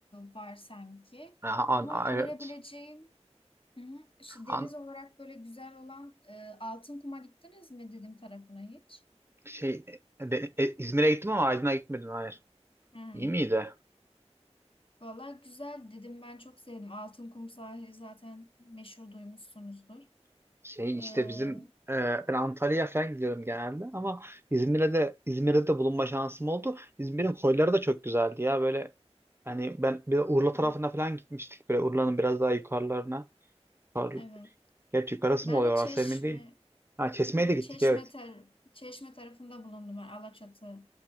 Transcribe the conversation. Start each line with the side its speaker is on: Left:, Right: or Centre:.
Left: var sanki.
Right: Aha, an,
Left: Ama
Right: a-
Left: önerebileceğim
Right: evet.
Left: hı hı, işte deniz
Right: An,
Left: olarak böyle güzel olan e, Altınkum'a gittiniz mi dedim tarafına hiç?
Right: şey e, de- e, İzmir'e gittim ama Aydın'a gitmedim. Hayır.
Left: Hı.
Right: İyi miydi?
Left: Valla güzel dedim ben çok sevdim. Altınkum sahili zaten meşhur duymuşsunuzdur.
Right: Şey işte
Left: E, hı
Right: bizim e, ben Antalya'ya falan gidiyorum genelde ama İzmir'e de İzmir'de de bulunma şansım oldu. İzmir'in koyları da çok güzeldi ya böyle hani ben bir de Urla
Left: hı,
Right: tarafına falan gitmiştik böyle Urla'nın biraz daha yukarılarına. Yukarı,
Left: evet.
Right: gerçi yukarısı
Left: Ben
Right: mı oluyor
Left: de Çeşme
Right: orası emin değilim. Ha Çeşme'ye
Left: ha,
Right: de gittik
Left: Çeşme,
Right: evet.
Left: tar Çeşme tarafında bulundum. Ben Alaçatı